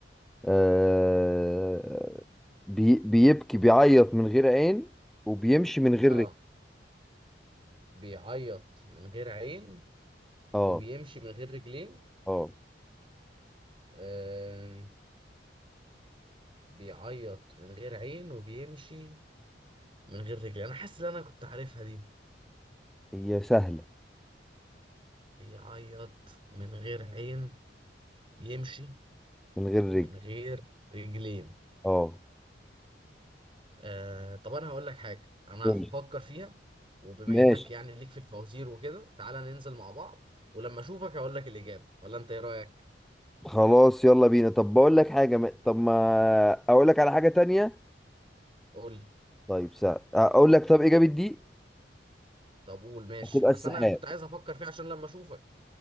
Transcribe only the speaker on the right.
اه
بيعيط من غير عين
وبيمشي من غير رجلين
آه بيعيط من غير عين وبيمشي من غير رجلين انا حاسس ان انا كنت عارفها دي
بيعيط من غير عين بيمشي
من غير رجلين
آه طب انا هقول لك حاجه انا
هفكر فيها وبما
انك يعني ليك في الفوازير وكده تعالى ننزل مع بعض ولما اشوفك هقول لك الاجابه ولا انت ايه رايك
قول لي
طب قول ماشي
بس
انا كنت عايز افكر فيها عشان لما اشوفك